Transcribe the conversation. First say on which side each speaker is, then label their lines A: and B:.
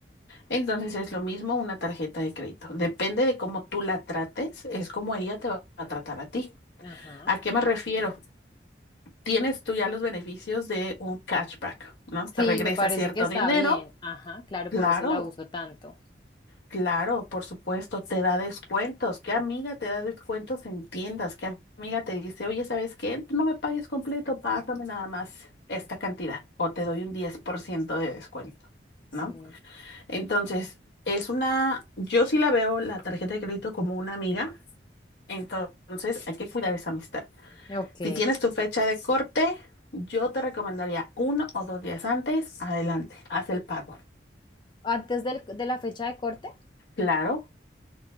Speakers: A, on the left (about 75°); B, on the left (about 25°).
A: Entonces es lo mismo una tarjeta de crédito. Depende de cómo tú la trates, es como ella te va a tratar a ti.
B: ajá.
A: ¿A qué me refiero? Tienes tú ya los beneficios de un cashback, ¿no? Te
B: Sí,
A: regresa
B: me parece
A: cierto
B: que está
A: dinero.
B: bien. Ajá, claro,
A: Claro,
B: por eso la uso tanto.
A: claro, por supuesto, te da descuentos. ¿Qué amiga te da descuentos en tiendas? ¿Qué amiga te dice, oye, ¿sabes qué? No me pagues completo, pásame nada más esta cantidad o te doy un 10% de descuento,
B: Sí.
A: ¿no? Entonces, es una, yo sí la veo la tarjeta de crédito como una amiga, entonces hay que cuidar esa amistad.
B: Ok.
A: Si tienes tu fecha de corte, yo te recomendaría uno o dos días antes, adelante, haz el pago.
B: ¿Antes del- de la fecha de corte?
A: Claro,